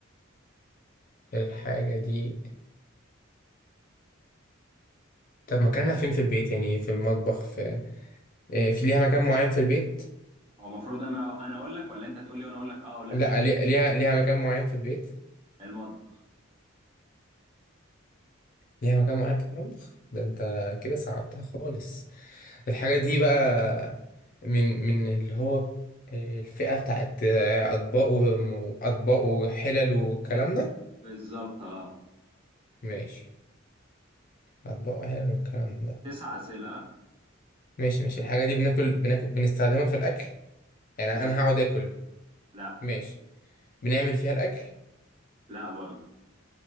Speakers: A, on the left; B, on the right.
A: الحاجة دي طب مكانها فين في البيت يعني في المطبخ في آه، في ليها مكان معين في البيت
B: هو المفروض انا انا اقول لك ولا انت تقول لي وانا اقول لك اه ولا
A: لا لي- ليها ليها مكان معين في البيت
B: المطبخ
A: ليها مكان معين في المطبخ ده انت كده صعبتها خالص الحاجة دي بقى من من اللي هو آه، الفئة بتاعت آه، أطباق وم- وأطباق وحلل والكلام ده
B: بالظبط اه
A: ماشي أطباق وحلل والكلام ده
B: تسع اسئله آه؟
A: ماشي ماشي الحاجة دي بناكل بناكل بنستخدمها في الأكل يعني
B: لا
A: أنا هقعد آكل
B: لا
A: ماشي بنعمل فيها الأكل
B: لا برضه